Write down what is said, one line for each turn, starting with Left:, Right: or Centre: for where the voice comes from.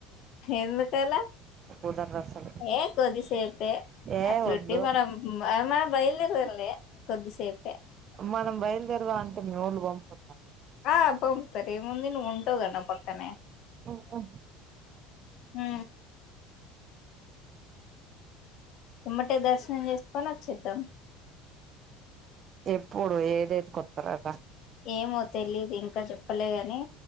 Left: ఎందుకల
Right: కుదరదు అసలు
Left: ఏ కొద్దిసేపే
Right: ఏ
Left: అట్లుంటే
Right: వద్దు
Left: మనం మన బయలుర్దలి కొద్దిసేపే
Right: మనం బయలుదేరవ అంటే మివోల్లు పంపు
Left: ఆ తోమ్తరు ఏముంది నువ్ ఉంటావ్ గా నా పక్కనే
Right: ఉహు
Left: ఊ ఎమ్మటే దర్శనం చేసుకని వచ్చేద్దాం
Right: ఎప్పుడు ఏ డేట్ కి వత్తరంట
Left: ఏమో తెలీదు ఇంకా చెప్పలే కాని